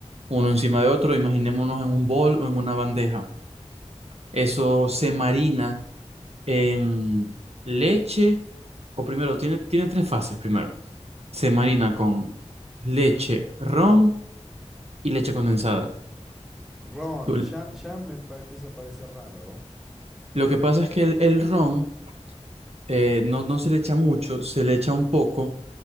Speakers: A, on the right; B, in the centre.
A: uno encima de otro, imaginémonos en un bol o en una bandeja. Eso se marina en leche, o primero, tiene, tiene tres fases primero. Se marina con leche, ron y leche condensada.
B: Ron,
A: Tú-
B: ya, ya me pa- empieza a parecer raro.
A: Lo que pasa es que el, el ron eh, no, no se le echa mucho, se le echa un poco,